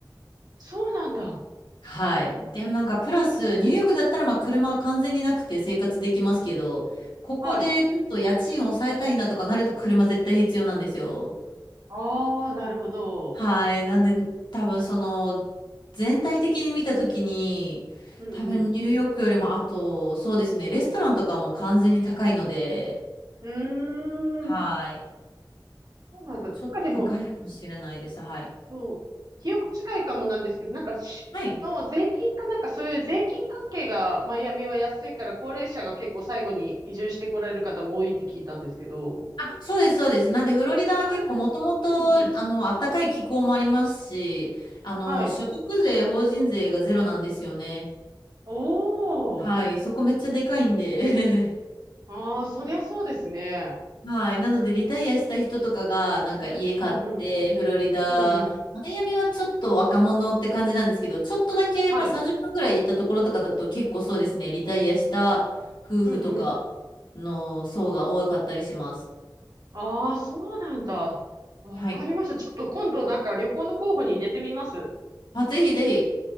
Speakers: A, on the right (about 60°); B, on the left (about 80°).
A: そうなんだ。
B: はい。
A: ん
B: で、なんかプラス、ニューヨークだったらまあ車は完全になくて生活できますけど、
A: あ
B: ここでちょっと家賃を抑えたいなとかなると車絶対必要なんですよ。
A: はい。ああ、なるほど。
B: はい。なんで、多分その、全体的に見たときに、
A: うんう
B: 多分ニューヨークよりも、あと、そうですね、レストランとかも完全に高いので、
A: ん。うーん。
B: はい。
A: そうなんだ。なんかでも、
B: ちょっと高いかもしれないです。はい。
A: そう、記憶違いかもなんですけど、なんかし、
B: はい。
A: の税金かなんかそういう税金関係がマイアミは安いから高齢者が結構最後に移住してこられる方も多いって聞いたんですけど。
B: そうです、そうです。なんで、フロリダは結構もともと、
A: あうんうん。
B: あの、暖かい気候もありますし、あの、
A: はい。
B: 所得税、法人税がゼロなんですよね。
A: おー。
B: はい。そこめっちゃでかいんで <laughs>
A: ああ、そりゃそうですね。
B: はい。なので、リタイアした人とかが、なんか家買って、
A: うんうん。
B: フロリダ、
A: うんうん。
B: マイアミはちょっと若者って感じなんですけど、ちょっとだけ、
A: はい。
B: まあ30分ぐらい行ったところとかだと結構そうですね、リタイアした夫婦とか
A: うんうん。
B: の層が多かったりします。
A: ああ、そうなんだ。わかりました。
B: はい。
A: ちょっと今度なんか旅行の候補に入れてみます。
B: まあ、ぜひぜひ。